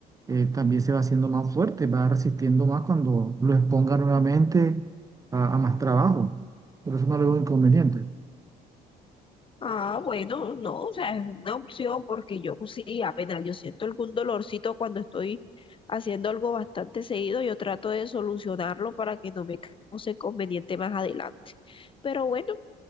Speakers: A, on the right; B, on the left.
A: eh, también se va haciendo más fuerte, va resistiendo más cuando lo exponga nuevamente a, a más trabajo. Por eso no le veo inconveniente.
B: Ah, bueno, no, o sea, es una opción porque yo pues, sí, apenas yo siento algún dolorcito cuando estoy haciendo algo bastante seguido, yo trato de solucionarlo para que no me cause inconveniente más adelante. Pero bueno.